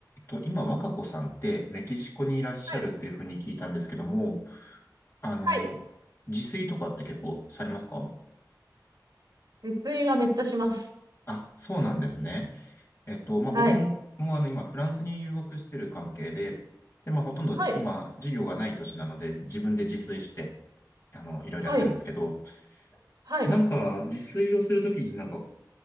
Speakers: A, on the left (about 40°); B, on the right (about 65°).
A: と、今、若子さんってメキシコにいらっしゃるというふうに聞いたんですけども、
B: はい。
A: あの、
B: はい。
A: 自炊とかって結構されますか
B: 熱意はめっちゃします。
A: あ、そうなんですね。えっと、まあ、
B: はい。
A: 僕も、もうあの、今、フランスに留学してる関係で、で、まあ、ほとんど今、
B: はい。
A: 授業がない年なので、自分で自炊して、あの、いろいろやってるんですけど、
B: はい。はい。
A: なんか、自炊をするときになんか